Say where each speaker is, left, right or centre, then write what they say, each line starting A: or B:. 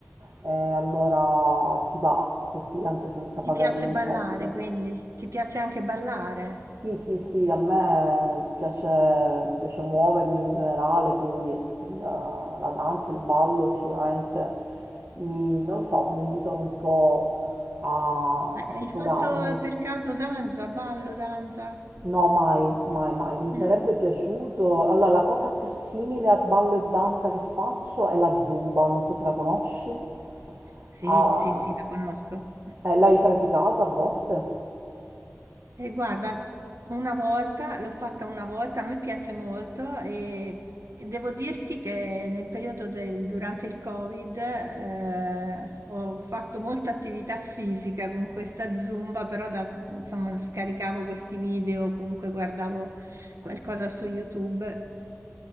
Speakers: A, on the right; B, on the right.
A: e allora si va così anche senza
B: Ti
A: pagare
B: piace
A: l'ingresso.
B: ballare, quindi? Ti piace anche ballare?
A: Sì, sì, sì, a me piace, piace muovermi in generale, quindi il- la danza, il ballo sicuramente mi, non lo so, mi aiutano un po' a,
B: Eh,
A: a
B: Hai
A: sfogarmi.
B: fatto per caso danza, ballo, danza?
A: No, mai, mai, mai. Mi
B: Mm.
A: sarebbe piaciuto. Allora, la cosa più simile a ballo e danza che faccio è la zumba, non so se la conosci.
B: Sì,
A: Ah,
B: sì, sì, la conosco.
A: eh, l'hai praticata a volte?
B: E guarda, una volta, l'ho fatta una volta, a me piace molto e, e devo dirti che nel periodo del, durante il Covid eh, ho fatto molta attività fisica con questa Zumba, però da- insomma, scaricavo questi video, comunque guardavo qualcosa su YouTube